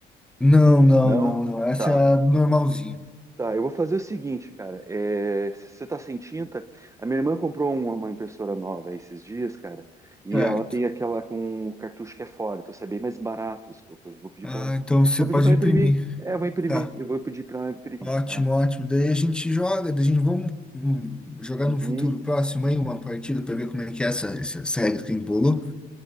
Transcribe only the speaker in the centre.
Não, não,
não, não. Essa
é a normalzinha.
Certo.
Ah,
então você
pode
imprimir.
Tá.
Ótimo,
ótimo. Daí a gente joga, daí a gente vamos hum, jogar
no futuro próximo aí uma partida para ver como é que é essa, essa, essa regra que embolou.